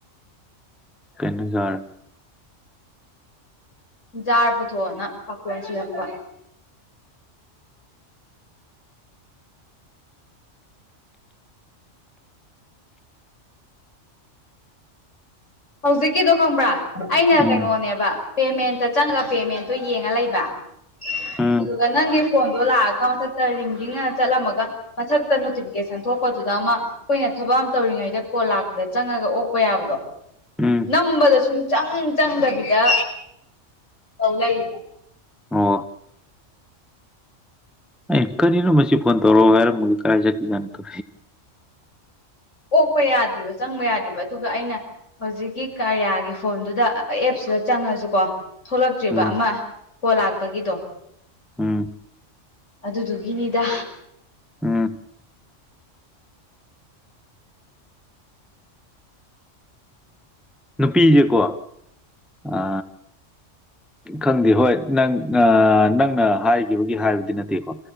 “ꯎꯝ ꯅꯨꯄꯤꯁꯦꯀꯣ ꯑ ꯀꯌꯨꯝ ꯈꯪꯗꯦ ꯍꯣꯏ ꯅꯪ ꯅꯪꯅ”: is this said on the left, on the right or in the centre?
Centre